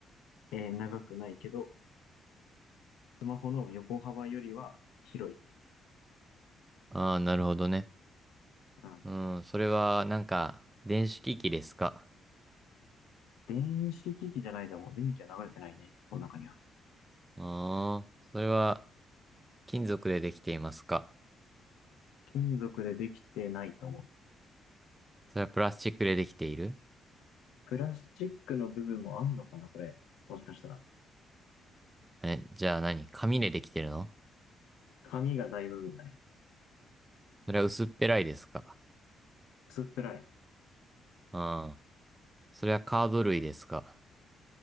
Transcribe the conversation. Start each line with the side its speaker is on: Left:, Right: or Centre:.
Left: えー長くないけど、スマホの横幅よりは広い。
Right: あ、ああ、なるほどね。
Left: うん。
Right: うん、それは、なんか、電子機器ですか
Left: 電子機器じゃないかも。電気は流れてないね。この中には。
Right: うーん、それは、金属でできていますか
Left: 金属でできてないと思う。
Right: それはプラスチックでできている
Left: プラスチックの部分もあんのかな、これ。もしかしたら。
Right: え、じゃあ何紙でできてるの
Left: 紙が大部分だね。
Right: それは薄っぺらいですか
Left: 薄っぺらい。
Right: うん、それはカード類ですか